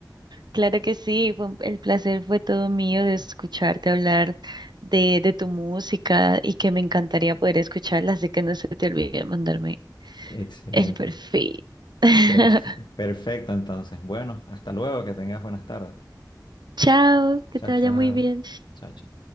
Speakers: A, on the right; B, on the left.
A: Claro que sí, fue un- el placer fue todo mío de escucharte hablar de, de tu música y que me encantaría poder escucharla, así que no se te olvide mandarme
B: excelente.
A: El perfil. <laughs>
B: Perf- perfecto, entonces. Bueno, hasta luego, que tengas buenas tardes.
A: Chao, que
B: Chao,
A: te vaya
B: chao.
A: muy bien.
B: Chao, chao.